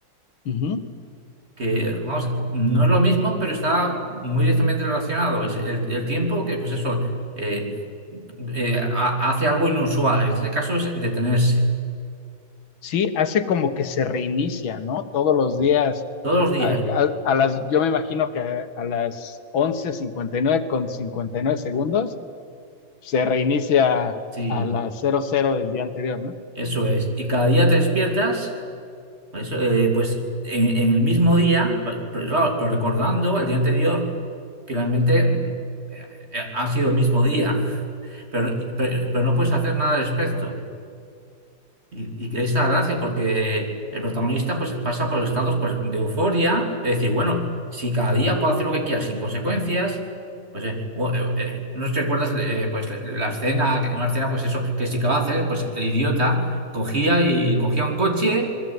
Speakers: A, on the left; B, on the right.
A: Ujú.
B: que, vamos, no es lo mismo, pero está muy directamente relacionado. Es el, el tiempo que, pues eso, eh, eh, ha- hace algo inusual. En este caso es detenerse.
A: sí, hace como que se reinicia, ¿no? Todos los días,
B: Todos los días,
A: a, a- a las, yo me imagino que a, a las once cincuenta y nueve con 59 segundos, se reinicia
B: sí,
A: a las cero cero del día anterior, ¿no?
B: eso es. Y cada día te despiertas, pues, eh, pues en, en el mismo día, pero, claro, pero recordando el día anterior, que realmente mm, eh, eh, ha sido el mismo día, pero, pero pero no puedes hacer nada al respecto. Y, y ahí la gracia, porque el protagonista pues, pasa por estados pues, de euforia, de decir, bueno, si cada día puedo hacer lo que quiera sin consecuencias, pues eh, o- eh, eh, no te recuerdas eh, pues, la, la escena, que- una escena, pues eso, que si acaba de hacer, pues el idiota cogía y cogía un coche